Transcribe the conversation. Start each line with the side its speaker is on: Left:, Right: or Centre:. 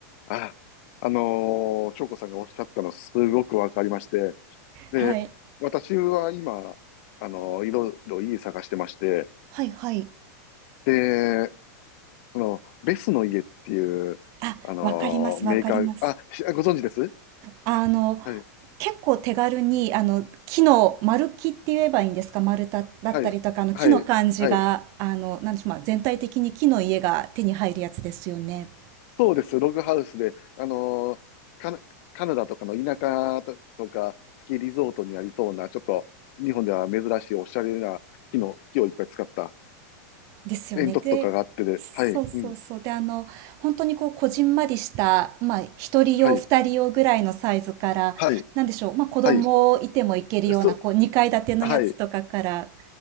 Left: あ、あのー、翔子さんがおっしゃったのすごくわかりまして、で、
Right: はい。
Left: 私は今、あのーいろいろ家探してまして、
Right: はいはい。
Left: で、その、ベスの家っていう、
Right: あ、
Left: あのーメーカー、
Right: わかります、わかります。
Left: あ、しあご存知です
Right: あの、
Left: はい、
Right: 結構手軽に、あの、木の、丸木って言えばいいんですか丸太だったりとか、
Left: はい、
Right: あの、
Left: はい、
Right: 木の感じが、
Left: はい。
Right: あの、なんでしょう、まあ、全体的に木の家が手に入るやつですよね。
Left: そうです、ログハウスで、あのーカナ、カナダとかの田舎と、とか、スキーリゾートにありそうな、ちょっと、日本では珍しいおしゃれな木の、木をいっぱい使った
Right: ですよね。
Left: 煙突とかがあってで、
Right: で、そうそうそう。
Left: はい、うん、
Right: で、あの、本当にこう、こじんまりした、まあ、一人用、
Left: はい、
Right: 二人用ぐらいのサイズから、
Left: はい、
Right: なんでしょう、まあ、子供いてもいけるような、
Left: はい、そ、
Right: こう、二階建てのやつとかから
Left: はい、